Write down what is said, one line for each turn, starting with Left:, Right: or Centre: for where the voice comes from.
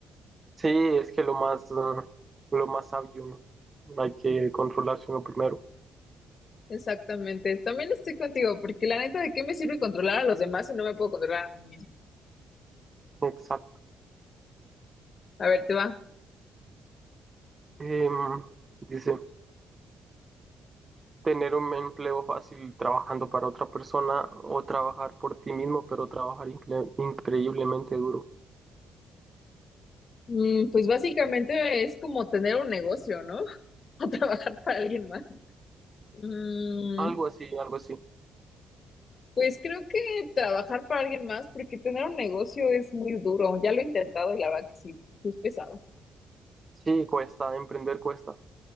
Right: Sí, es que lo más, ah, lo más sabio, ¿no? Hay que controlarse uno primero.
Left: Exactamente. También estoy contigo, porque la neta, ¿de qué me sirve controlar a los demás si no me puedo controlar a mí mismo?
Right: Exacto.
Left: A ver, te va.
Right: Em, dice, tener un empleo fácil trabajando para otra persona o trabajar por ti mismo, pero trabajar incre- increíblemente duro.
Left: Mm, pues básicamente es como tener un negocio, ¿no? <laughs> O trabajar para alguien más. Mm,
Right: Algo así, algo así.
Left: Pues creo que trabajar para alguien más, porque tener un negocio es muy duro. Ya lo he intentado y la verdad que sí, sí es pesado.
Right: Sí, cuesta, emprender cuesta.